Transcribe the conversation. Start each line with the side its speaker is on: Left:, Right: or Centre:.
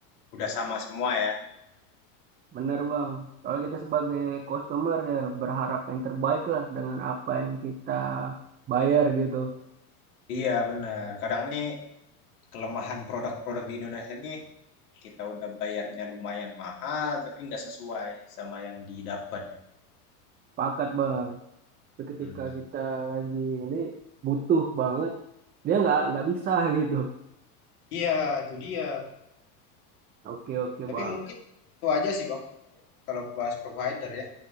Left: udah sama semua ya.
Right: Bener bang. Kalau kita sebagai customer ya berharap yang terbaik lah dengan apa yang kita bayar gitu.
Left: Iya benar. Kadang nih kelemahan produk-produk di Indonesia nih kita udah bayarnya lumayan mahal tapi nggak sesuai sama yang didapat ya.
Right: Pakat bang. Tapi ketika
Left: Hmm.
Right: kita lagi ini butuh banget, dia nggak nggak bisa <laughs> gitu.
Left: Iya, itu dia.
Right: Oke oke
Left: Tapi
Right: bang.
Left: mungkin itu aja sih Bang kalau bahas provider ya,